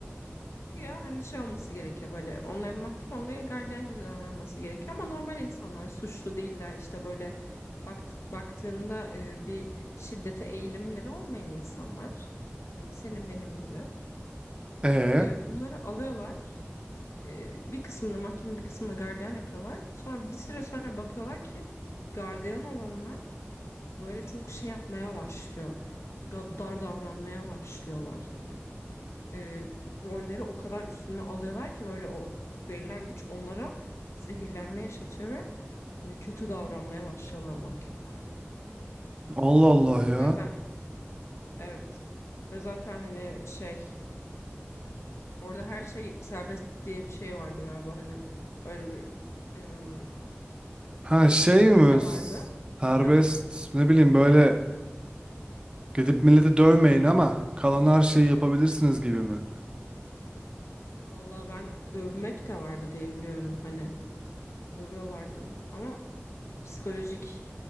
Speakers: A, on the left; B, on the right.
A: güya hani şey olması gerekiyor böyle onların mahkum onların gardiyan gibi davranması gerekiyor ama normal insanlar suçlu değiller işte böyle baktık baktığında e, bir şiddete eğilimleri olmayan insanlar hani senin benim gibi
B: E.
A: e, bunları alıyorlar e, bir kısmını mahkeme bir kısmını gardiyan yapıyorlar. Sonra bir süre sonra bakıyorlar ki gardiyan olanlar böyle çok şey yapmaya başlıyor. Ga- Dar davranmaya başlıyorlar hani. E, rolleri o kadar üstüne alıyorlar ki böyle o verilen güç onlara zehirlenme yaşatıyor ve hani kötü davranmaya başlıyorlar mahkumlara.
B: Allah Allah
A: Hani
B: ya.
A: zaten evet ve zaten hani şey orada her şey serbest diye bir şey vardı galiba hani öyle bir em,
B: Ha şey mi?
A: madde
B: S-
A: vardı.
B: Serbest
A: Ha,
B: ne bileyim böyle gidip milleti dövmeyin ama kalan her şeyi yapabilirsiniz gibi mi?
A: vallahi ben dövmek de vardı diye biliyorum hani dövüyorlardı ama psikolojik